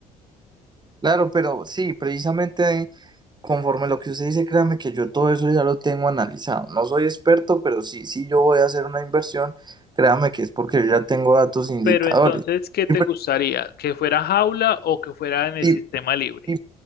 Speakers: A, on the right (about 20°); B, on the left (about 55°).
A: Claro, pero sí, precisamente Conforme a lo que usted dice, créame que yo todo eso ya lo tengo analizado. No soy experto, pero sí, sí yo voy a hacer una inversión, créame que es porque yo ya tengo datos e indicadores.
B: Pero entonces, ¿qué te
A: Y, pre-
B: gustaría? ¿Que fuera jaula o que fuera en el
A: y-
B: sistema libre?
A: y